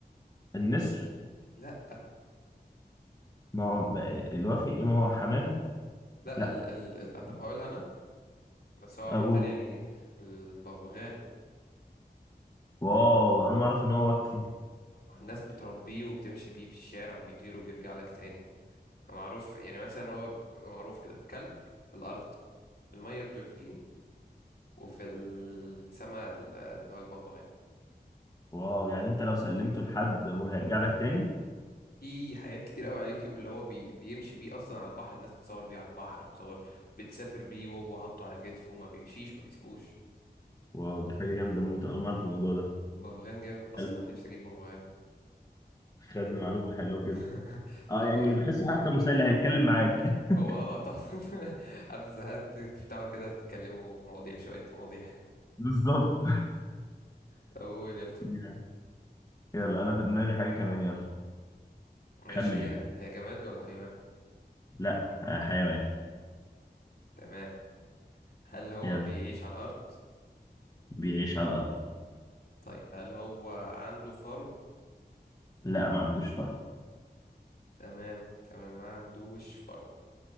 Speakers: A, on the left (about 20°); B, on the left (about 65°).
A: النسر
B: لا
A: ما هو ما- الوفي ايه ما هو حمام
B: لا
A: لا
B: ال ال ال آه، طب هقولها انا بس هو عامة
A: اقول
B: يعني البغبغان
A: واو انا ما اعرف ان هو وفي
B: هو الناس بتربيه وبتمشي بيه في الشارع وبيطير وبيرجع لك تاني هو معروف يعني مثلا هو بيبقى معروف كده كلب في الارض في المية الدولفين وفي السماء ال- اللي هو البغبغان
A: واو يعني انت لو سلمته لحد وهيرجع لك تاني
B: في حاجات كتير قوي على اليوتيوب اللي هو بي بيمشي بيه اصلا على البحر الناس بتصور بيه على البحر بتصور بتسافر بيه وهو حاطه على كتفه ما بيمشيش ما بيسيبوش
A: واو دي حاجة جامدة موت أنا ما أعرف الموضوع ده
B: بغبغان جامد اصلا
A: حلو.
B: نفسي اجيب بغبغان
A: خدنا معلومة حلوة
B: <laughs>
A: بجد أه
B: طب
A: يعني بحسه حتى مسلي هيتكلم معاك <laughs>
B: هو اه تحفة <laughs> عارف زهقان تفتحوا كده تتكلموا في مواضيع شوية مواضيع
A: بالظبط
B: طب قول يلا
A: جامد. يلا أنا في دماغي حاجة كمان يلا
B: ماشي
A: خمن
B: هي
A: يلا
B: هي جماد ولا حيوان
A: لا آه، حيوان
B: تمام هل هو
A: يلا
B: بيعيش على الأرض
A: بيعيش على الأرض
B: طيب هل هو عنده فرو
A: لا ما عندوش فرو
B: تمام تمام ما عندوش فرو